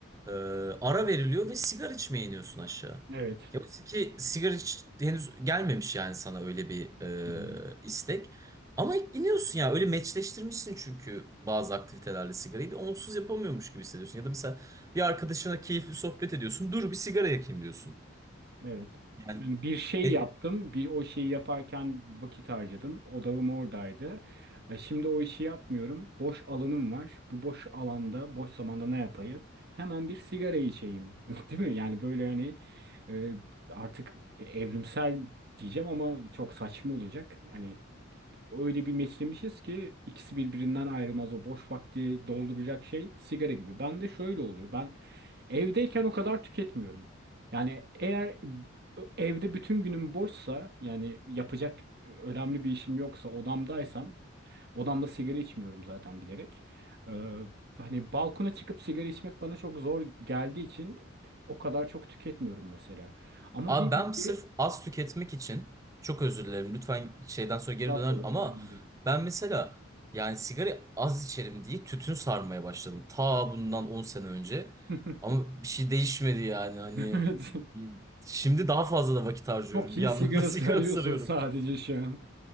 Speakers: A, on the right; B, on the right.
A: e, ara veriliyor ve sigara içmeye iniyorsun aşağı.
B: Evet.
A: Ya oysa ki sigara hiç henüz gelmemiş yani sana öyle bir e,
B: Hı hı.
A: istek. Ama iniyorsun ya öyle meçleştirmişsin çünkü bazı aktivitelerle sigarayı bir onsuz yapamıyormuş gibi hissediyorsun. Ya da mesela bir arkadaşına keyifli sohbet ediyorsun. Dur bir sigara yakayım diyorsun.
B: Evet.
A: Yani
B: Yani bir şey
A: e,
B: yaptım, bir o şeyi yaparken vakit harcadım. Odağım oradaydı. E, Şimdi o işi yapmıyorum. Boş alanım var. Bu boş alanda, boş zamanda ne yapayım? Hemen bir sigara içeyim. <laughs> Değil mi? Yani böyle hani e, artık bir evrimsel diyeceğim ama çok saçma olacak. Hani öyle bir meçlemişiz ki ikisi birbirinden ayrılmaz. O boş vakti dolduracak şey sigara gibi. Ben de şöyle oluyor. Ben Evdeyken o kadar tüketmiyorum. Yani eğer evde bütün günüm boşsa yani yapacak önemli bir işim yoksa odamdaysam odamda sigara içmiyorum zaten bilerek. Ee, hani balkona çıkıp sigara içmek bana çok zor geldiği için o kadar çok tüketmiyorum mesela. Ama
A: Abi
B: diyelim
A: ben sırf
B: ki
A: az tüketmek için çok özür dilerim lütfen şeyden sonra geri
B: estağfurullah
A: dönerim ama
B: önemli değil.
A: ben mesela yani sigara az içerim diye tütün sarmaya başladım. Ta bundan 10 sene önce
B: <laughs>
A: ama bir şey değişmedi yani hani
B: Evet.
A: şimdi daha fazla da vakit harcıyorum
B: Çok iyi
A: bir yandan
B: sigarası
A: da <laughs> sigara
B: arıyorsun
A: sarıyorum.
B: sadece şu an.